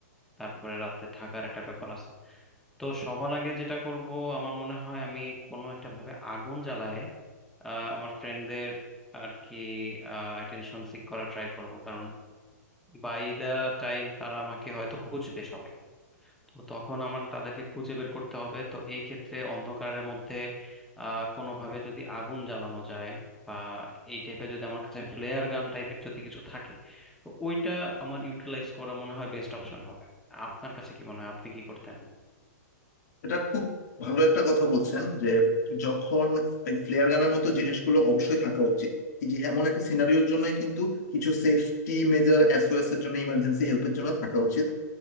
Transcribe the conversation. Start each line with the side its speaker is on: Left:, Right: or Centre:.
Centre: তারপরে রাতে থাকার একটা ব্যাপার আছে তো সবার আগে যেটা করব আমার মনে হয় আমি কোনো একটা ভাবে আগুন জ্বালায়ে আহ, আমার ফ্রেন্ডদের আর কি অ্যাটেনশন সিক করা ট্রাই করব কারণ বাই দা টাইম তারা আমাকে হয়তো খুঁজবে সবাই তো তখন আমার তাদেরকে খুঁজে বের করতে হবে তো এই ক্ষেত্রে অন্ধকারের মধ্যে আহ কোনোভাবে যদি আগুন জ্বালানো যায় বা এই টাইপের যদি আমার কাছে ফ্লেয়ার গান টাইপের যদি কিছু থাকে তো ওইটা আমার ইউটিলাইজ করা মনে হয় বেস্ট অপশন হবে আপনার কাছে কি মনে হয় আপনি কি করতেন
Left: এটা খুব ভালো একটা কথা বলছেন যে যখন এই ফ্লেয়ার গানের মতো জিনিসগুলো অবশ্যই থাকা উচিত এই যে এমন একটা সিনারিওর জন্যই কিন্তু কিছু সেফটি মেজার এসওএস এর জন্য ইমার্জেন্সি হেল্পের জন্য থাকা উচিত